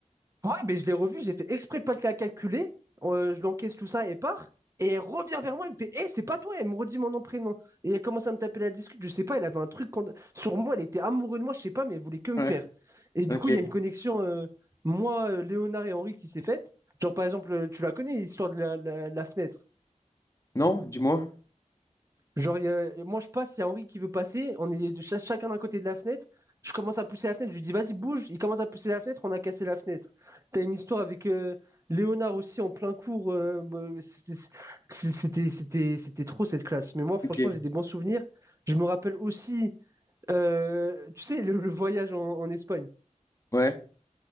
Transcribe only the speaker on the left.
Ouais.
Ok.
Non, dis-moi.
Ok.
Ouais.